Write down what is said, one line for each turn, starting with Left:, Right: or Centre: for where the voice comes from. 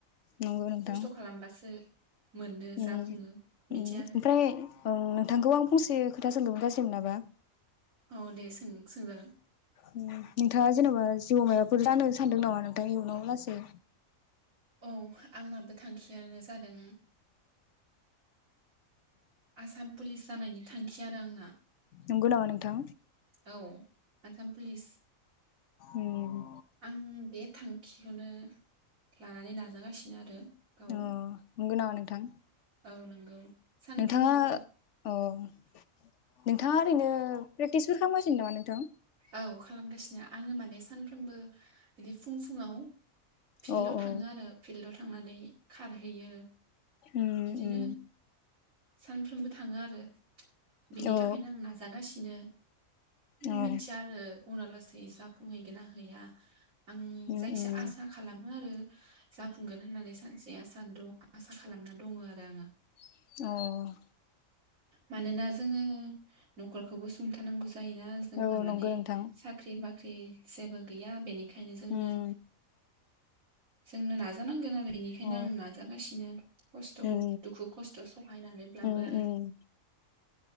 Left: नंगौ नोंथां।
Right: खस्थ' <unintelligible>
Left: उ
Right: जाफुङो बिदि
Left: उ ओमफ्राय
Right: आरो
Left: ओं नोंथांखौ आं फंसे खोथास <unintelligible> गाज्रि मोनाबा
Right: औ दे सों सोंजागोन
Left: उ नोंथाङा जेनेबा जिबौमाया <unintelligible> बुरजा <unintelligible> सानदों नामा नोंथांनि इयुनाव लासै?
Right: औ आंनाबो थांखियानो जादों आसाम पुलिस जानायनि थांखि आरो आंना
Left: नंगौ नामा नोंथां
Right: औ आसाम पुलिस
Left: उम
Right: आं बे थांखिखौनो लानानै नाजागासिनो आरो गाव
Left: अ नोंगौ नामा नोंथां
Right: औ नंगौ सानफ्रोमबो
Left: नोंथाङा अ नोंथाङा ओरैनो नो प्रेकटिस खालाम <unintelligible> नोंथां
Right: औ खालामगासिनो आङो माने सानफ्रोमबो बिदि फुं फुुंआव फिल्डाव
Left: अ
Right: थाङो
Left: औ
Right: आरो फिल्डाव थाङ थांनानै खारहैयो
Left: उम
Right: बिदिनो
Left: उम
Right: सानफ्रोमबो थाङो आरो बेनि
Left: औ
Right: थाखायनो आं नाजागासिनो
Left: औ
Right: मिथिया आरो उनाव लासै जाफुंहैगोना हैया आं
Left: उम
Right: जायखिजाया
Left: उम
Right: आसा खालाम आरो जाफुंगोन होननानै सानसे दं आसा खालामना दङ आरो आङो
Left: औ
Right: मानोना जोङो न'खरखौबो सुंथानांगौ जायो जोंहा
Left: औ
Right: माने
Left: नंगौ नोंथां
Right: साख्रि बाख्रि बाख्रि जेबो गैया बेनि खायनो जोंनो
Left: उम
Right: जोंनो नाजानांगोन आरो बिनिखायनो
Left: अ
Right: आं नाजागासिनो खस्थ'
Left: उम
Right: दुखु खस्थ' सहायनानैब्लाबो
Left: उम
Right: आरो
Left: उम